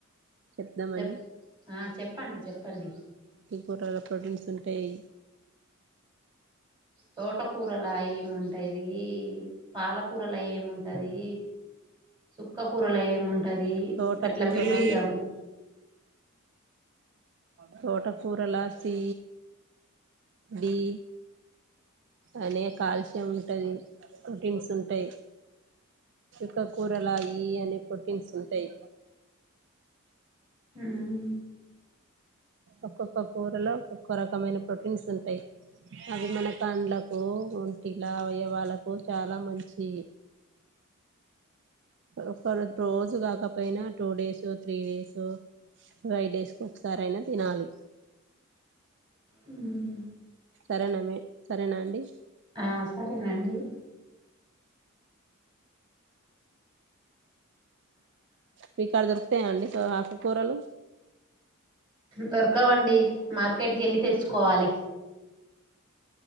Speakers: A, on the right (about 55°); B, on the right (about 25°).
A: చెప్దామని
B: చెప్ ఆ చెప్పండి చెప్పండి
A: కూరలో ప్రోటీన్స్ టాయ్
B: తోటకూరల ఏముంటది పాలకూరల ఏముంటది సుక్క కూరలు ఏమున్ అది
A: తోటకూరల
B: గట్లా విడివిడిగా ఉన్
A: తోట కూరలాసి డి అనే కాల్షియం ఉంటది ప్రోటీన్స్ ఉంటాయి క్క కూరలాయి అని పోటీన్స్ ఉంటాయి
B: హ్మ్
A: ఒక్కొక్క కూరలో ఒక్కొక్క రకమైన ప్రోటీన్స్ ఉంటాయి అవి మన కాండ్లకు ఒంటిలా అవయవాలకు వాళ్ళకు చాలా మంచి ఒక రో రోజు కాకపోయినా two days three days five days కు ఒకసారి అయినా తినాలి
B: హ్మ్
A: సరేనా మీ సరేనా అండి
B: ఆ సరేనండి
A: మీకాడ దొరుకుతాయా అండి ఆకుకూరలు
B: దొరకవండి మార్కెట్కి వెళ్ళి తెచ్చుకోవాలి